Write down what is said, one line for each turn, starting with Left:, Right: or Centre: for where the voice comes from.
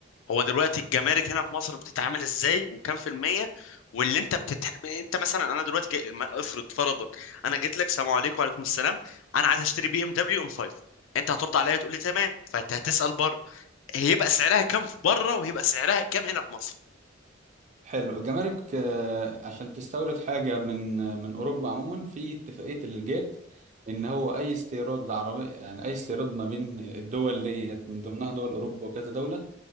Left: هو دلوقتي الجمارك هنا في مصر بتتعامل ازاي وكام في المية واللي انت بتتح... انت مثلا انا دلوقتي جاي... ما- افرض فرضا انا جيت لك سلام عليكم وعليكم السلام انا عايز اشتري بي ام دبليو ام 5 انت هترد عليا تقول لي تمام فهتسأل بره هيبقى سعرها كام في بره وهيبقى سعرها كام هنا في مصر
Right: حلو الجمارك آه، عشان تستورد حاجة من من أوروبا عموما في اتفاقية الجيت إن هو أي استيراد عربي يعني أي استيراد ما بين الدول ديت من ضمنها دول أوروبا وكذا دولة